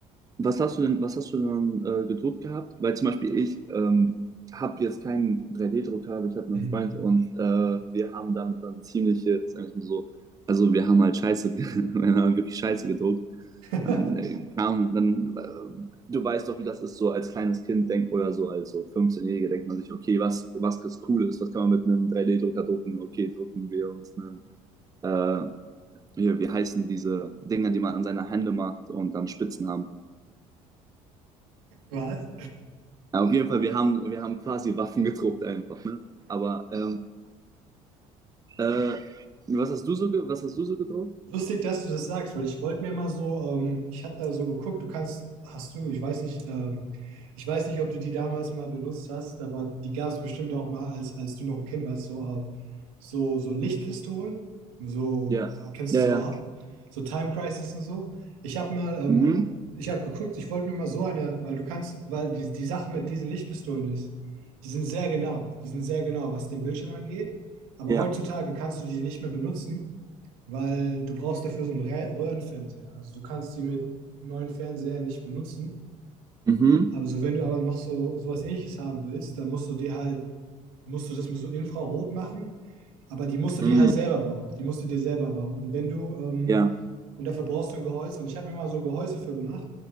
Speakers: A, on the right (about 20°); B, on the right (about 80°).
A: Was hast du denn, was hast du denn äh, gedruckt gehabt? Weil zum Beispiel ich ähm, habe jetzt keinen 3D-Drucker, aber ich habe
B: Mhm.
A: einen Freund und äh, wir haben damit dann ziemliche, sag ich mal so, also wir haben halt Scheiße, ge- <laughs> wir haben halt wirklich Scheiße gedruckt.
B: <laughs>
A: Dann, äh, kam, dann äh, du weißt doch, wie das ist, so als kleines Kind denkt oder so als so 15-Jähriger denkt man sich, okay, was, was ist cool ist, was kann man mit einem 3D-Drucker drucken? Okay, drucken wir uns einen, äh, hier, wie heißen diese Dinger, die man an seine Hände macht und dann Spitzen haben.
B: Was?
A: Ja, auf jeden Fall, wir haben, wir haben quasi Waffen gedruckt einfach, ne? Aber ähm, äh, was hast du so ge was hast du so gedruckt?
B: Lustig, dass du das sagst, weil ich wollte mir mal so, ähm, ich habe da so geguckt, du kannst, hast du, ich weiß nicht, ähm, ich weiß nicht, ob du die damals mal benutzt hast, aber die gab es bestimmt auch mal, als, als du noch ein Kind warst, so, äh, so, so Lichtpistolen, so,
A: Ja.
B: kennst
A: Ja,
B: du so,
A: ja.
B: Ha- so Time Crisis und so. Ich habe mal, ähm,
A: Mhm.
B: ich habe geguckt, ich wollte mir mal so eine, weil du kannst, weil die, die Sache mit diesen Lichtpistolen ist, die sind sehr genau, die sind sehr genau, was den Bildschirm angeht, aber
A: Ja.
B: heutzutage kannst du die nicht mehr benutzen weil du brauchst dafür so einen Rä- Röhrenfernseher. Also du kannst die mit neuen Fernsehern nicht benutzen.
A: Mhm.
B: Aber so, wenn du aber noch so sowas Ähnliches haben willst, dann musst du dir halt, musst du das mit so Infrarot machen. Aber die musst du
A: Mhm.
B: dir halt selber bauen. Die musst du dir selber bauen. Und wenn du, ähm,
A: Ja.
B: und dafür brauchst du ein Gehäuse. Und ich habe mir mal so ein Gehäuse für gemacht.